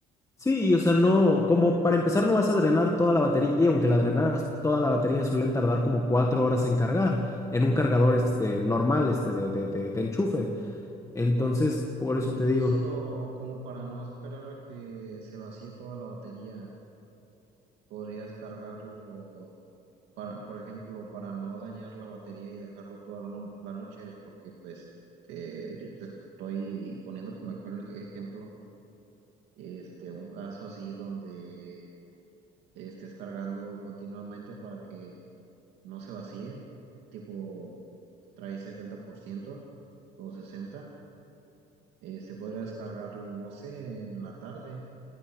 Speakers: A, on the left; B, on the right.
A: sí, y, o sea, no, como para empezar no vas a drenar toda la batería, aunque la drenaras toda la batería suelen tardar como 4 horas en cargar en un cargador este normal, este de, de de- de enchufe. Entonces,
B: O, in-
A: por eso
B: Incluso
A: te digo.
B: como para no esperar a que se vacíe toda la batería, podrías cargarlo para, por ejemplo, para no dañar la batería y dejarlo toda la no- la noche, porque pues eh, yo te estoy poniendo como ej- ejemplo este un caso así donde estés cargando continuamente para que no se vacíe, tipo trae 70% o 60, este podrías cargarlo, no sé, en la tarde